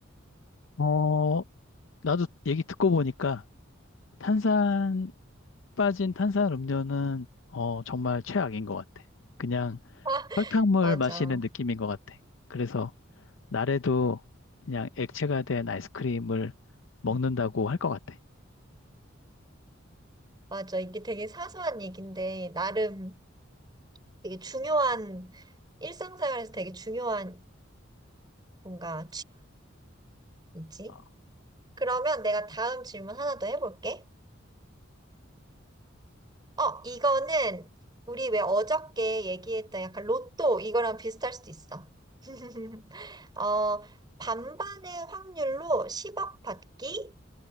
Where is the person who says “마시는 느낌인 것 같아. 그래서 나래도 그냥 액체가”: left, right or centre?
Left